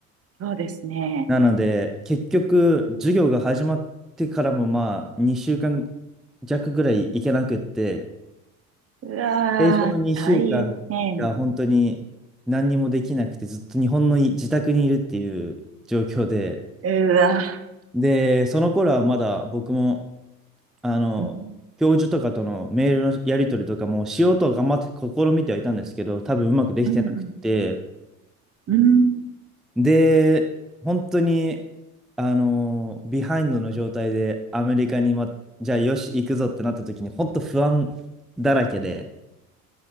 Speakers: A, on the right; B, in the centre.
A: そうですね。
B: なので、結局、授業が始まってからもまあ、2週間弱ぐらい行けなくって、
A: うわー、
B: 最初の2週間が本当に何にもできなくて、
A: 大変。
B: ずっと日本のい自宅にいるっていう状況で、
A: うわ。
B: で、その頃はまだ僕も、あの、
A: うん。
B: 教授とかとのメールのやり取りとかもしようとは頑張って試みてはいたんですけど、多分うまくできてなくて、
A: うんうん。うん。
B: で、本当に、あの、ビハインドの状態でアメリカに、ま、じゃあよし、行くぞってなった時に、本当不安だらけで、